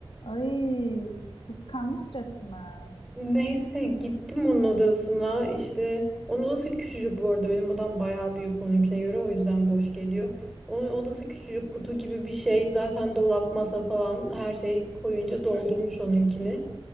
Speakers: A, on the left; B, in the centre.
A: Ay, kıskanmış resmen.
B: Neyse gittim onun odasına işte onun odası küçücük bu arada benim odam bayağı büyük onunkine göre o yüzden boş geliyor. Onun odası küçücük kutu gibi bir şey zaten dolap masa falan her şeyi koyunca doldurmuş onunkini.